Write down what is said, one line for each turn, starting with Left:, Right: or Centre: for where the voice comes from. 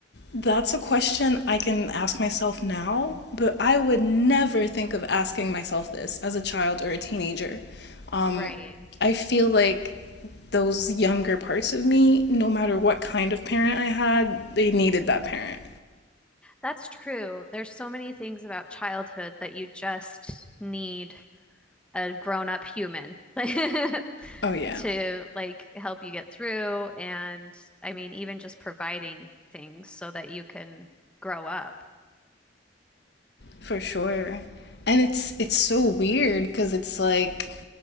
Left: That's a question I can ask myself now, but I would never think of asking myself this as a child or a teenager. Um,
Centre: right.
Left: I feel like those younger parts of me, no matter what kind of parent I had, they needed that parent.
Centre: That's true. There's so many things about childhood that you just need a grown-up human <laughs>
Left: Oh, yeah.
Centre: to like help you get through. And I mean, even just providing things so that you can grow up.
Left: for sure. And it's it's so weird because it's like